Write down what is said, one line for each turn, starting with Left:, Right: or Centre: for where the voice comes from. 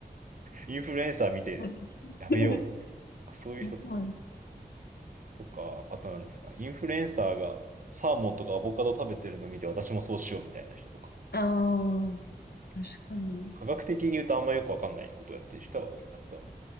Right: インフルエンサー見て
Left: なんか
Right: やめよ
Left: <laughs>
Right: う。そういう人と
Left: いや、そうなんです。
Right: とか、あとなんですか。インフルエンサーがサーモンとかアボカド食べてるの見て私もそうしようみたいな人とか。
Left: ああ、確かに。
Right: 科学的に言うとあんまよくわかんないことをやってる人が多いなとは思う。